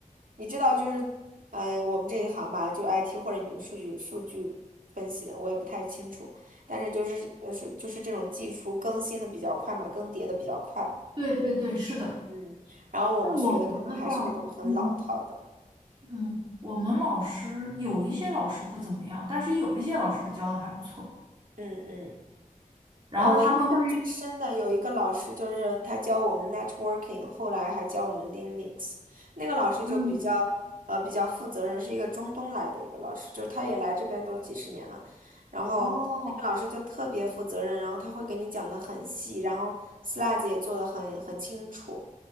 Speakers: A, on the right; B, on the right.
A: 你知道，就是，嗯，我们这一行吧，就 IT 或者你们数据数据分析的，我也不太清楚。但是就是，呃，是就是这种技术更新的比较快嘛，更迭的比较快。
B: 对对对，是的。
A: 嗯，然后我们学的可能还是那种很老套的。
B: 那我们的话，嗯。嗯，我们老师有一些老师不怎么样，但是有一些老师教的还不错。
A: 嗯嗯。
B: 然后他们会，
A: 呃，我印象最深的有一个老师，就是他教我们 networking，后来还教我们 Linux。那个老师就比较呃比较负责任，
B: 嗯，
A: 是一个中东来的一个老师，就是他也来这边都几十年了。然后那个老师就特别负责任，
B: 哦，
A: 然后他会给你讲的很细，然后 slides 也做的很很清楚，